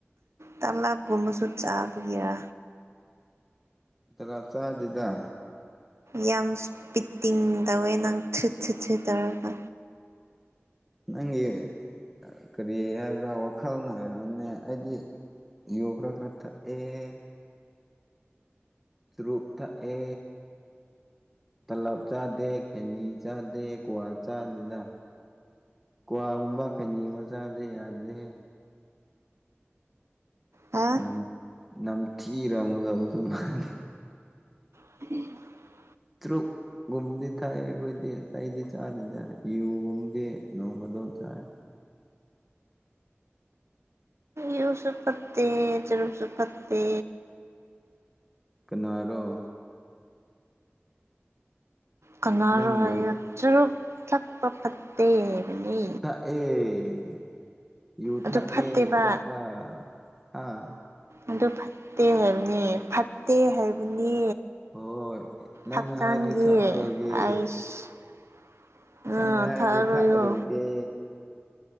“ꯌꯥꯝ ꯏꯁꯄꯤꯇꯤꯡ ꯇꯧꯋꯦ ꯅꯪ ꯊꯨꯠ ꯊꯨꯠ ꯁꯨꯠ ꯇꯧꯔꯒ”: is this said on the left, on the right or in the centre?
Right